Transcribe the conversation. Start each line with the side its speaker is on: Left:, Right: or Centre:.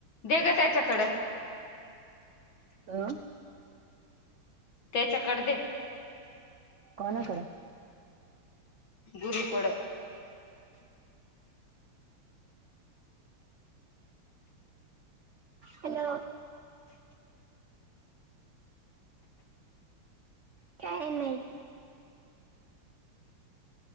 Left: दे ग त्याच्याकडं.
Right: तर.
Left: त्याच्याकड दे.
Right: कोण तड.
Left: तुरकड
Right: हॅलो. काही नाही.